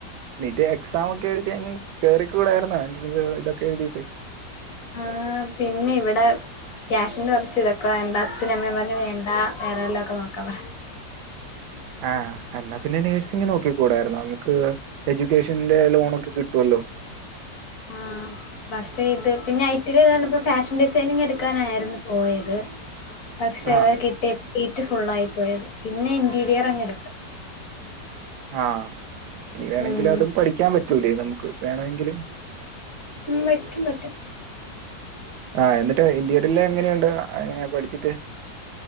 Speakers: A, on the right; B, on the left.
A: നീറ്റ് എക്സാം ഒക്കെ എഴുതി അങ്ങ് കേറിക്കൂടാരുന്നോ എൻട്രൻസ് ഇതൊക്കെ എഴുതിയിട്ട്
B: ആ പിന്നിവിടെ ക്യാഷിന്റെ കൊറച്ച് ഇതൊക്കെ വേണ്ട അച്ഛന് അമ്മയും പറഞ്ഞ് വണ്ട വേറെ വല്ലതൊക്കെ നോക്കാം പറ
A: ആ എന്നാ പിന്നെ നഴ്സിംഗ് നോക്കി കൂടാരുന്നോ നമുക്ക് എഡ്യൂക്കേഷന്റെ ലോണൊക്കെ കിട്ടുവല്ലോ
B: ആ പക്ഷേ ഇത് പിന്നെ ഐറ്റിടേ ത് പറഞ്ഞപ്പോ ഫാഷൻ ഡിസൈനിങ് എടുക്കാനായിരുന്നു പോയത് പക്ഷെ
A: ആഹ്
B: കിട്ടി സീറ്റ് ഫുള്ളായി പോയത് പിന്നെ ഇന്റീരിയറങ്ങ് എടുത്തു
A: ആ ഇനി വേണമെങ്കിലും
B: ഉം
A: അതും പഠിക്കാൻ പറ്റൂലേ നമുക്ക് വേണമെങ്കില്
B: ഉം പറ്റും പറ്റും
A: ആ എന്നിട്ട് ഇന്റീയറിൽ എങ്ങനെയുണ്ട് എങ്ങനെയ പഠിച്ചിട്ട്